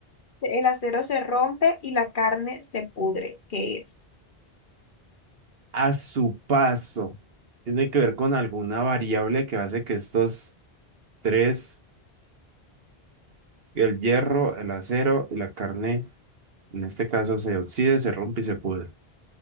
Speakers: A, on the left; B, on the right.
A: el acero se rompe y la carne se pudre. ¿Qué es?
B: A su paso. Tiene que ver con alguna variable que hace que estos tres, el hierro, el acero y la carne, en este caso, se oxide, se rompe y se pudre.